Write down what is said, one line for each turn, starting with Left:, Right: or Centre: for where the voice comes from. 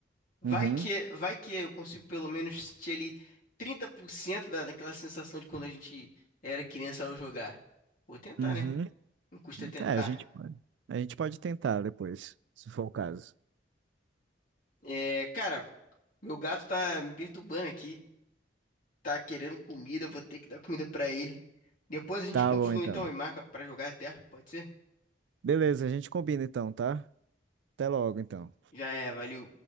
Left: Vai
Right: Uhum,
Left: que, vai que eu consigo pelo menos sentir ali 30% da, daquela sensação de quando a gente era criança ao jogar. Vou tentar,
Right: uhum.
Left: né? Não custa tentar.
Right: Tá, a gente pode. A gente pode tentar depois, se for o caso.
Left: É, cara, Meu gato tá me perturbando aqui. Tá querendo comida, vou ter que dar comida pra ele. Depois a gente
Right: Tá
Left: continua
Right: bom, então.
Left: então e marca pra jogar até, pode ser?
Right: Beleza, a gente combina então, tá? Até logo, então.
Left: Já é, valeu.